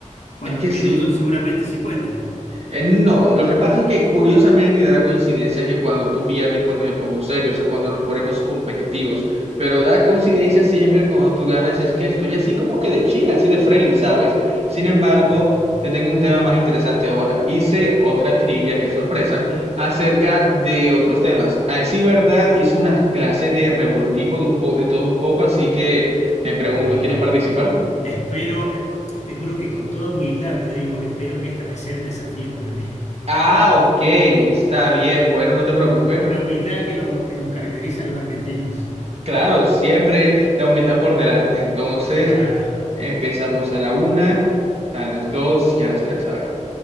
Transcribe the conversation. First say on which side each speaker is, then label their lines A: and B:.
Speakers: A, on the left; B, on the right.
A: cuando
B: Es que
A: pierdo
B: sí,
A: yo seguramente sí cuente.
B: Eh, No, lo que pasa es que curiosamente y da la coincidencia que cuando tú pierdes, cuando me pongo serio, o sea, cuando nos ponemos competitivos, pero da la coincidencia siempre cuando tú ganas es que estoy así como que de chida, así de friendly, ¿sabes? Sin embargo,
A: Bueno,
B: te tengo un tema más interesante ahora. Hice otra trivia, que sorpresa, acerca de otros temas. A decir verdad, hice una clase de revoltijo de, un po de todo un poco, así que
A: bueno,
B: me pregunto, ¿quieres participar?
A: espero, eh, te juro que con toda humildad te digo, espero que esta vez sea un desafío para mí,
B: Ah, ok, está bien, bueno, no te
A: con
B: preocupes.
A: la, con la humildad que, los, que nos caracteriza a los argentinos.
B: Claro, siempre la humildad por delante. Entonces,
A: Claro,
B: empezamos a la una, a las dos y a las tres. A ver.